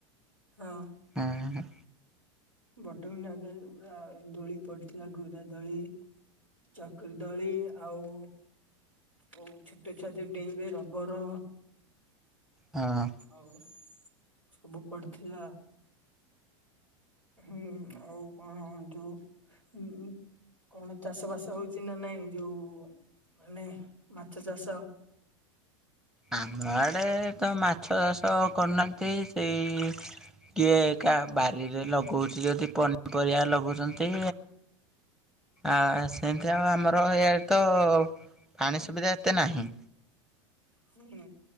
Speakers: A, on the right; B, in the centre.
A: ହଁ।
B: ଅ ହଁ।
A: ବଡିନ ନଗେଇ ପୁରା ଦୋଳି ପଡିଥିଲା ଘୁରା ଦୋଳି। ଚକ୍ରୀ ଦଳି ଆଉ ଆଉ ଛୋଟ ଛୁଆ ଯୋଉ ଡେଇଁବେ ରବର
B: ହଁ।
A: ଆଉ ସବୁ ପଡିଥିଲା। ହୁଁ ଆଉ କଣ ଯୋଉ ହୁଁ ଉଁ। କଣ ଚାଷ ବାସ ହଉଚି ନା ନାଇଁ ଯୋଉ ମାନେ ମାଛ ଚାଷ।
B: ଆମ ଆଡ଼େ ତ ମାଛ ଚାଷ କରୁନାହାନ୍ତି ସେଇ କିଏ କା ବାରିରେ ଲଗଉଚି ଯଦି ପନିପରିବା ଲଗାଉଚନ୍ତି। ଆ ସେନ୍ତି ଆଉ ଆମର ଇଆଡ଼େ ତ ପାଣି ସୁବିଧା ଏତେ ନାହିଁ।
A: ହୁଁ।